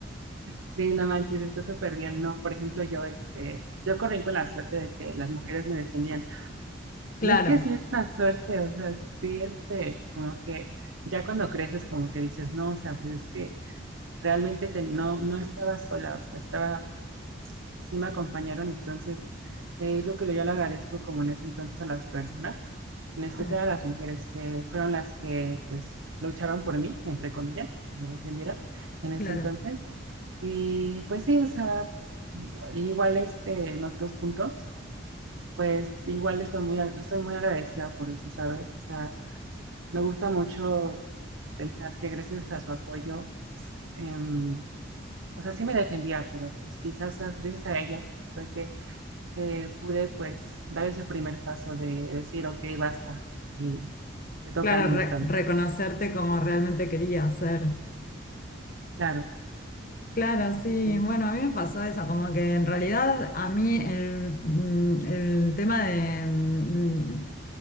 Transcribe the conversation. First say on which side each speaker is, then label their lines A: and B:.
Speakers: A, on the right; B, on the left.
A: Sí, no manches, está súper bien, ¿no? Por ejemplo, yo, este, yo corrí con la suerte de que las mujeres me defendían.
B: Claro,
A: Y es que sí es una suerte, o sea, sí, este, como que ya cuando creces, como que dices, no, o sea, pues es que realmente te- no, no estaba sola, o sea, estaba sí me acompañaron, entonces eh, es lo que yo le agradezco como en ese entonces a las personas, en especial
B: claro,
A: a las mujeres que fueron las que pues lucharon por mí, entre comillas, me defendieron en ese
B: claro.
A: entonces. Y pues sí, o sea, igual este, en otros puntos, pues igual estoy muy, ag- estoy muy agradecida por eso, ¿sabes? O sea, me gusta mucho como pensar que gracias a su apoyo, pues, em, o sea, sí me defendía, pero pues quizás ah, gracias a ellas pues, fue que eh, pude pues dar ese primer paso de decir, ok, basta, y me toca
B: Claro,
A: a mí
B: re-
A: esta vez.
B: reconocerte como realmente quería ser.
A: Claro,
B: Claro, sí.
A: entonces,
B: Bueno, a mí me pasó eso, como que en realidad a mí el, mm, el tema de mm,